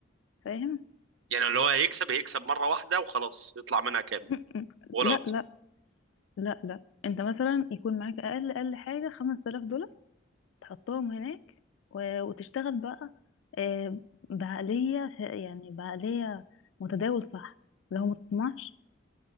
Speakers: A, on the left (about 80°); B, on the right (about 75°).
A: فاهم
B: يعني اللي هو هيكسب هيكسب مره واحده وخلاص يطلع منها كامل
A: <laughs>
B: ولا
A: لا
B: اوت
A: لا لا لا انت مثلا يكون معاك اقل اقل حاجه 5000 دولار تحطهم هناك و- وتشتغل بقى آه، بعقليه ف- يعني بعقليه متداول صح لو ما تطمعش